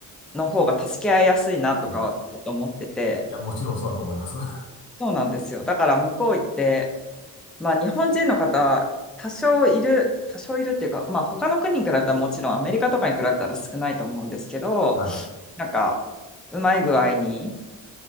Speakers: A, in the centre; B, on the left (about 75°).
A: の方が助け合いやすいなとかは思ってて、
B: いや、いや、もちろんそうだと思います。<laughs>
A: そうなんですよ。だから向こう行って、まあ、日本人の方、多少いる、多少いるっていうか、まあ、他の国に比べたらもちろんアメリカとかに比べたら少ないと思うんですけど、
B: はい。
A: なんか、うまい具合に